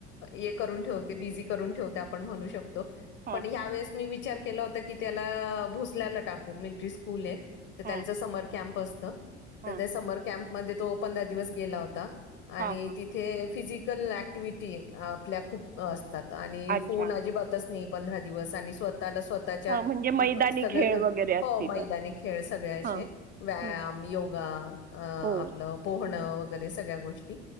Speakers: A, on the left; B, on the right.
A: ये करून ठेवते. बिझी करून ठेवते आपण म्हणू शक तो
B: हां,
A: पण ह्या वेळेस मी विचार केला होता की, त्याला भोसल्याला टाकू मिलिट्री स्कूल ये.
B: हां,
A: त्यांचा समर कॅम्प अस त.
B: हां,
A: तर त्या समर कॅम्प मध्ये तो पंधरा दिवस गेला होता. आणि
B: हां, हां.
A: तिथे फिजिक कल ऍक्टिव्हटी ये आपल्या खूप असतात. आणि
B: अच्छा.
A: फोन अजिबातच नाही. पंधरा दिवस आणि स्व ताला स्वतःच्या
B: हां, म्हणजे मैदानी
A: सगळ
B: खेळ
A: करना
B: वगैरे असतीलच.
A: हो मैदानी खेळ सगळे असे
B: हां.
A: व्यायाम
B: हं.
A: योगा अ
B: हो,
A: आपल पोहणं व गैरे सगळ्या गोष्टी